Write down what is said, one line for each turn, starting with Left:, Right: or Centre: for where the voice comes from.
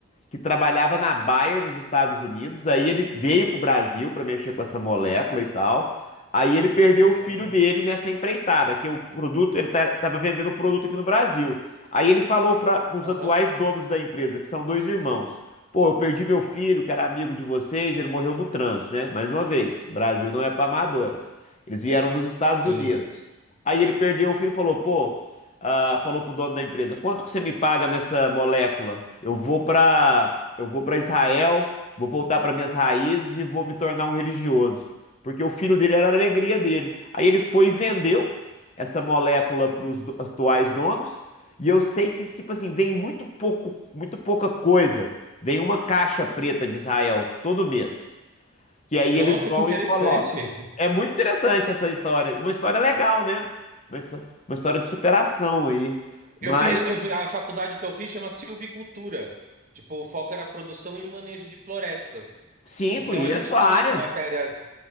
Left: que trabalhava na Bayer nos Estados Unidos. Aí ele veio pro Brasil para mexer com essa molécula e tal. Aí ele perdeu o filho
Right: Aham,
Left: dele nessa empreitada, que o produto, ele estava vendendo o produto aqui no Brasil. Aí ele falou para os
Right: aham.
Left: atuais donos da empresa, que são dois irmãos. Pô, eu perdi meu filho, que era amigo de vocês, ele morreu no trânsito, né? Mais uma vez, o Brasil não é para amadores. Eles vieram dos Estados
Right: Sim.
Left: Unidos. Aí ele perdeu, o filho e falou, pô, ah, falou pro dono da empresa, quanto que você me paga nessa molécula? Eu vou pra, eu vou para Israel, vou voltar para minhas raízes e vou me tornar um religioso, porque o filho dele era a alegria dele. Aí ele foi e vendeu essa molécula para os atuais donos, e eu sei que tipo assim, vem muito pouco, muito pouca coisa. Vem uma caixa preta de Israel todo mês. Que aí
Right: Nossa,
Left: eles vão
Right: que interessante.
Left: e colocam. É muito interessante essa história. E Uma história legal, né? Uma, histó- uma história de superação aí. Mas,
Right: Eu fiz, eu fi- a faculdade que eu fiz chama Silvicultura. Tipo, o foco era produção e manejo de florestas.
Left: sim,
Right: Então
Left: conheço
Right: a gente
Left: a
Right: tinha
Left: área.
Right: matérias